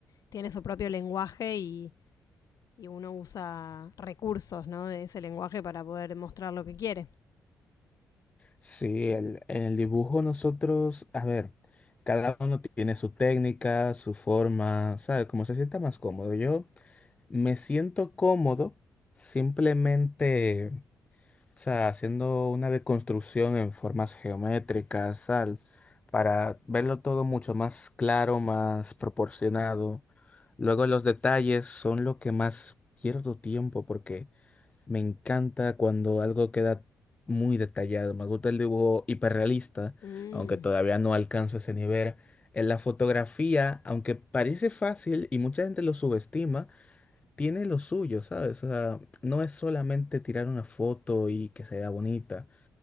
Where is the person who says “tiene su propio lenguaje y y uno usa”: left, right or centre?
Left